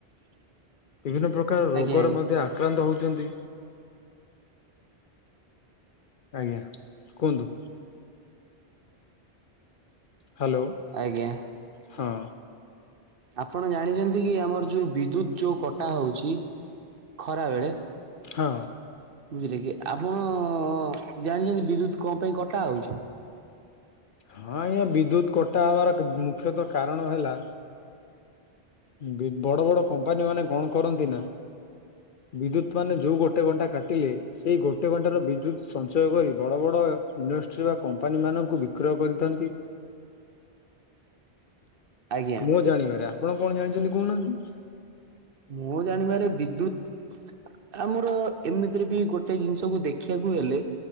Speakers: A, on the right; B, on the left.
A: <inaudible>
B: ବିଭିନ୍ନ ପ୍ରକାର ରୋଗର
A: ଆଜ୍ଞା ଆଜ୍ଞା
B: ମଧ୍ୟ ଆକ୍ରାନ୍ତ ହଉ ଚନ୍ତି, ଆଜ୍ଞା କୁହନ୍ତୁ? ହାଲୋ,
A: ଆଜ୍ଞା।
B: ହଁ
A: ଆପଣ ଜାଣିଛନ୍ତି କି -ଆମର ଯୋଉ ବିଦ୍ୟୁତ ଯୋଉ କଟା ହଉଚି ଖରା ବେଳେ
B: ହଁ
A: ବୁଝିଲେ କି ଆପଣ ଜାଣିଚନ୍ତି ବିଦ୍ୟୁତ କଣ ପାଇଁ କଟା ହଉଚି?
B: ହଁ ଆଜ୍ଞା, ବିଦ୍ୟୁତ କଟା ହବାର ମୁଖ୍ୟତଃ କାରଣ ହେଲା ବି ବଡ ବଡ କମ୍ପାନୀ ମାନେ କଣ କରନ୍ତି ନା ବିଦ୍ୟୁତ ମାନେ, ଯୋଉ ଗୋଟେ ଘଣ୍ଟା କାଟିଲେ ସେଇ ଗୋଟେ ଘଣ୍ଟାର ବିଦ୍ୟୁତ ସଞ୍ଚୟ କରି ବଡ ବଡ ଇଣ୍ଡଷ୍ଟ୍ରି ବା କମ୍ପାନୀ ମାନଙ୍କୁ ବିକ୍ରୟ କରିଥାନ୍ତି।
A: ଆଜ୍ଞା
B: ମୁଁ ଜାଣିବାର, ଆପଣ କଣ ଜାଣିଛନ୍ତି କହୁନାହାନ୍ତି
A: ମୁଁ ଜାଣିବାରେ ବିଦ୍ୟୁତ ଆମର ଏମିତିରେ ବି ଗୋଟେ ଜିନିଷକୁ ଦେଖିଆକୁ ହେଲେ